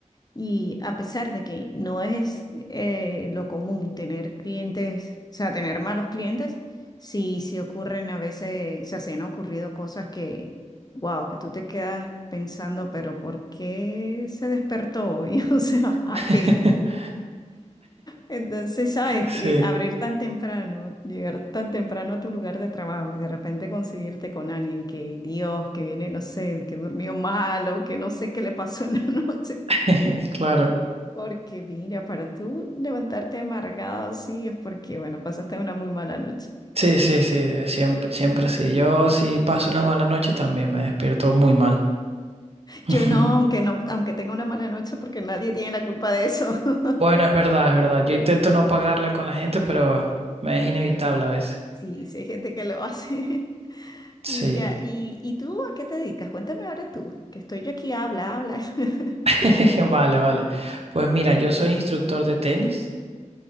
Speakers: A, on the left; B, on the right.
A: Y a pesar de que no es eh, lo común tener clientes, o sea, tener malos clientes, sí, sí ocurren a veces, o sea, se han ocurrido cosas que, wow, que tú te quedas pensando, pero ¿por qué se despertó hoy? <laughs> O sea, ¿a
B: <laughs>
A: qué? Entonces, ¿sabes?
B: Sí,
A: Eh, Abrir tan temprano, llegar tan temprano a tu lugar de trabajo y de repente conseguirte con alguien que, Dios, que viene, no sé, que durmió mal o que no sé qué le pasó en la <laughs> noche.
B: <laughs> claro.
A: Porque mira, para tú levantarte amargado así es porque, bueno, pasaste una muy mala noche.
B: Sí, sí, sí, siempre, siempre sí. Yo si paso una mala noche también me despierto muy mal. <laughs>
A: Yo no, aunque no, aunque tenga una mala noche, porque nadie tiene la culpa de eso. <laughs>
B: Bueno, es verdad, es verdad. Yo intento no pagarla con la gente, pero me es inevitable
A: Pero
B: a veces.
A: sí, sí hay gente que lo hace. <laughs>
B: Sí.
A: Mira, ¿y, y tú a qué te dedicas? Cuéntame ahora tú, que estoy yo aquí, habla, habla. <laughs>
B: <laughs> Vale, vale. Pues mira, yo soy instructor de tenis.